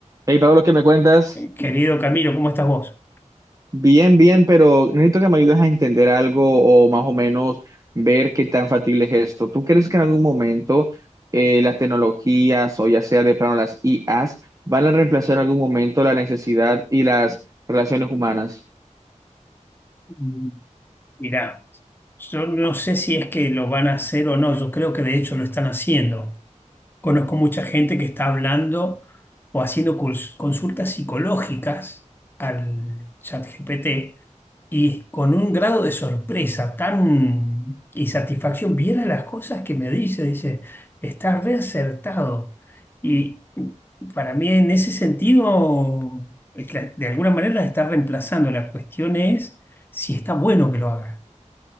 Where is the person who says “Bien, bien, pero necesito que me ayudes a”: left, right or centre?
Right